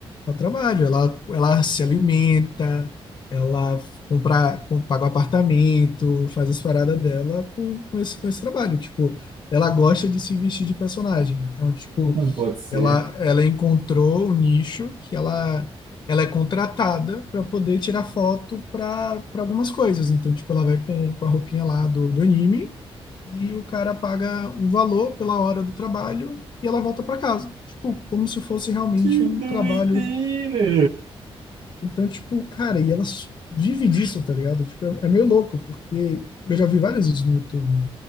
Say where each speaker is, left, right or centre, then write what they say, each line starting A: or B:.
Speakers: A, on the left; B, on the right.
A: Ela trabalha, ela, ela se alimenta, ela compra, com- paga o apartamento, faz as paradas dela com, com esse, com esse trabalho. Tipo, ela gosta de se vestir de personagem. Então, tipo,
B: Não pode ser.
A: ela, ela encontrou o nicho que ela, ela é contratada para poder tirar foto para para algumas coisas. Então, tipo, ela vai com, com a roupinha lá do, do anime e o cara paga um valor pela hora do trabalho e ela volta para casa. Tipo, como se fosse realmente
B: Que
A: um
B: doideira!
A: trabalho então, tipo, cara, e elas vivem disso, tá ligado? Tipo, é, é meio louco, porque eu já vi vários vídeos no YouTube